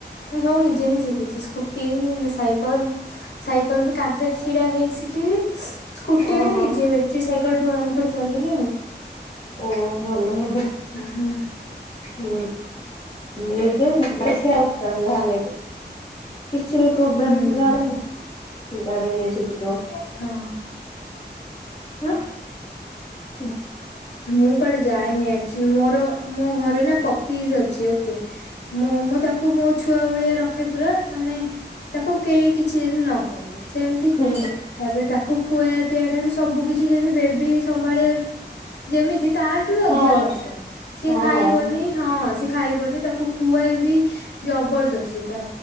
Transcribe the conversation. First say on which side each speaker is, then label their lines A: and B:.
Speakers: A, on the left; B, on the left.
A: ମୁଁ ସବୁ ନିଜେ ନିଜେ ଶିଖିଛି ସ୍କୁ ଟି ସାଇକେଲ ସାଇକଲ ବି କା ରେ ଛିଡା ହେଇ ଶିଖିଲି ସ୍କୁଟି
B: ଓହୋ
A: ବି ନିଜେ ବ୍ୟାଟେରୀ ସାଇକେଲ ଠୁ ଆରମ୍ଭ କରି ଚଲେଇଲି ଆଉ।
B: ଓ ଭଲ କଥା
A: ହୁଁ
B: ହୁଁ। <unintelligible> କିଛି ବି ପ୍ରୋବ୍ଲେମ
A: ହୁଁ।
B: ହେଲା ବୋଲେ ଗାଡି ନେଇକି ଯିବ।
A: ହଁ।
B: ଆ ହଁ
A: ମୁଁ କୁଆଡେ ଯାଏନି ଆକ୍ଚୁଆଲି ମୋର ମୋ ଘରେ ନା ପପିଜ୍ ଅଛି। ଓକେ ମୁଁ ମୁଁ ତାକୁ ମୋ ଛୁଆ ଭଳିଆ ରଖେ ପୁରା ମାନେ ତାକୁ କେହି କିଛି ଯେମିତି ନ କହିବେ ସେମିତି।
B: ହୁଁ
A: ତାପରେ ତାକୁ ଖୁଆ ପିଆବା ଠାରୁ ସବୁ କିଛି ଯେମିତି ବେବି ସମ୍ଭାଳିବା ଯେମିତି ତାଠାରୁ ବି ଅଧିକା
B: ହୁଁ
A: କଷ୍ଟ ସିଏ
B: ହଁ ହଁ
A: ଖାଇବନି। ହଁ ସେ ଖାଇବନି ତାକୁ ଖୁଆଇବି। ଜବରଦସ୍ତି ତା